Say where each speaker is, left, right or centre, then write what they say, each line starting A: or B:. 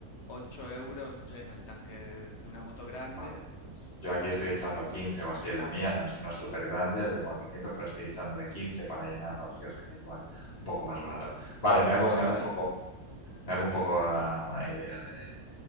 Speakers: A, on the left; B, on the left.
A: 8 euros lleno el tanque de una moto grande.
B: vale. Pues yo aquí estoy echando 15 o así en la mía, no es, no es súper grande, es de 400, pero estoy echándole 15 para llenarlo así, o sea que igual, un poco más barato. Vale,
A: Un poco
B: me hago,
A: más
B: me hago
A: barato.
B: un poco, me hago un poco la- una idea de,